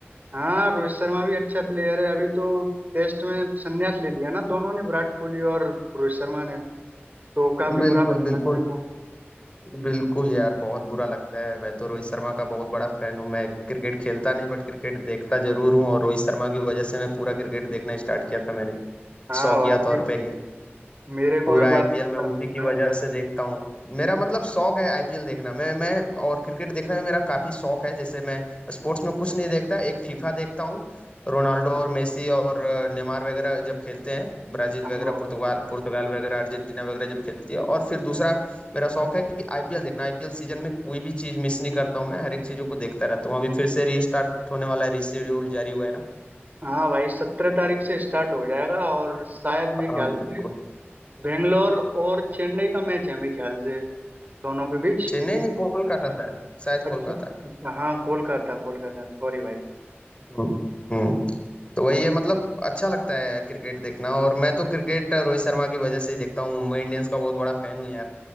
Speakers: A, on the right; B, on the left.
A: हाँ रोहित शर्मा भी अच्छा प्लेयर है अभी तो टेस्ट में संन्यास ले लिया ना दोनों ने विराट कोहली और रोहित शर्मा ने तो काफी
B: बिल्कुल
A: बुरा लग
B: बिल्कुल
A: रहा है मेरे को
B: बिल्कुल यार बहुत बुरा लगता है मैं तो रोहित शर्मा का बहुत बड़ा फैन हूँ मैं क्रिकेट खेलता नहीं बट क्रिकेट देखता जरूर हूँ और रोहित शर्मा की वजह से मैं पूरा क्रिकेट देखना स्टार्ट किया था मैंने
A: हाँ
B: शौकिया
A: भाई
B: तौर पे ही
A: मेरे को
B: पूरा
A: भी
B: आईपीएल
A: बड़ा बेकार
B: मैं
A: लगता
B: उसी की वजह
A: है
B: से देखता हूँ मेरा मतलब शौक है आईपीएल देखना मैं मैं और क्रिकेट देखना भी मेरा काफी शौक है जैसे मैं स्पोर्ट्स में कुछ नहीं देखता एक फीफा देखता हूँ रोनाल्डो और मेसी और अ, नेमार वगैरह जब खेलते हैं ब्राजील
A: हाँ
B: वगैरह
A: भाई
B: पुर्तगाल पुर्तगाल वगैरह अर्जेंटीना वगैरह जब खेलती है और फिर दूसरा मेरा शौक है कि आईपीएल देखना आईपीएल सीजन में कोई भी चीज मिस नहीं करता हूँ मैं हर एक चीजों को देखता रहता हूँ अभी फिर से रीस्टार्ट होने वाला है रीशेड्यूल जारी हुआ है ना
A: हाँ भाई सत्रह तारीख से स्टार्ट हो जाएगा और शायद मेरे
B: हाँ
A: ख्याल
B: बिल्कुल
A: से बेंगलोर और चेन्नई का मैच है मेरे ख्याल से दोनों के बीच
B: चेन्नई नहीं कोलकाता शायद शायद
A: अच्छा
B: कोलकाता
A: अच्छा हाँ कोलकाता कोलकाता सॉरी भाई
B: हम्म हम्म। तो वही है मतलब अच्छा लगता है क्रिकेट देखना और मैं तो क्रिकेट रोहित शर्मा की वजह से ही देखता हूँ मुंबई इंडियंस का बहुत बड़ा फैन हूँ यार